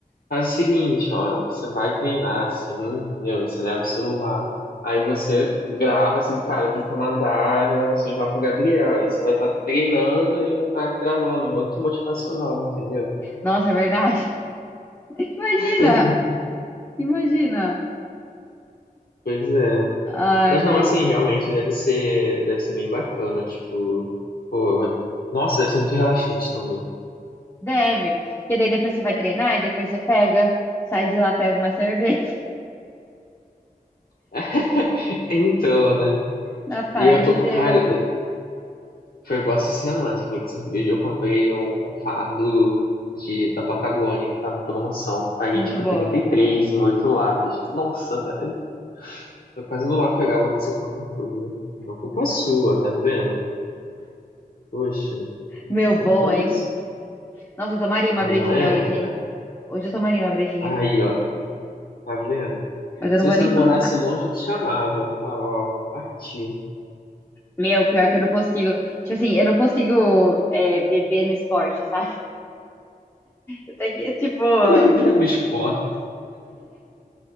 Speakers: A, on the left; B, on the left.
A: Faz o seguinte, ó, você vai treinar assim, entendeu? Você leva o celular, aí você grava assim, cara, tem que mandar as gravações lá pro Gabriel. Aí você vai estar treinando e vai estar gravando um outro motivacional, entendeu?
B: Nossa, é verdade. <laughs> Imagina!
A: <laughs>
B: Imagina!
A: Pois é.
B: Ai,
A: Mas
B: velho.
A: não, assim, realmente deve ser, deve ser bem bacana, tipo, pô, vai- nossa, deve ser muito relaxante também.
B: Deve. Porque daí depois você vai treinar e depois você pega, sai de lá, pega uma cerveja.
A: <laughs> Então, né?
B: <laughs> Na paz
A: E eu tô,
B: de Deus.
A: cara, Foi igual essa semana, você falou de cerveja. Eu comprei um, um fardo de, da Patagônia, que tava em promoção. Paguei
B: Muito
A: tipo
B: boa.
A: trinta e três em 8 latas. Nossa, velho. Tô quase indo lá pegar agora que você comentou, viu? Não é culpa sua, tá vendo? Poxa,
B: Meu,
A: sem
B: boa,
A: condição.
B: hein? Nossa, eu tomaria uma
A: Não
B: brejinha
A: é,
B: hoje, hein?
A: cara?
B: Hoje eu tomaria uma brejinha.
A: Aí, ó, tá vendo?
B: Mas eu
A: Se
B: não vou
A: você
B: nem
A: não
B: começar.
A: morasse longe, eu te chamava. Eu Falava, ó, partiu.
B: Meu, pior que eu não consigo. Tipo assim, eu não consigo é, beber no esporte, sabe? Até que, tipo, <laughs>
A: <laughs> Bebendo no esporte.